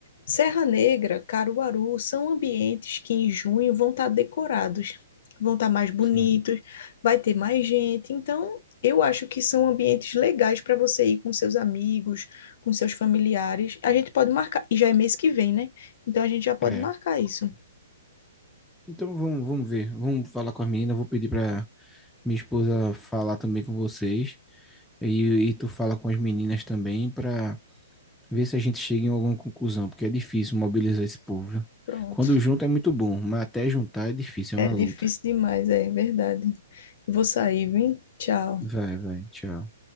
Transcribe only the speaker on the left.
Serra Negra, Caruaru, são ambientes que em junho vão estar decorados, vão estar mais bonitos,
vai ter mais gente. Então eu acho que são ambientes legais para você ir com seus amigos, com seus familiares. A gente pode marcar, e já é mês que vem, né? Então a gente já pode
marcar isso.
Pronto.
É
difícil demais, é verdade. Vou sair, viu? Tchau.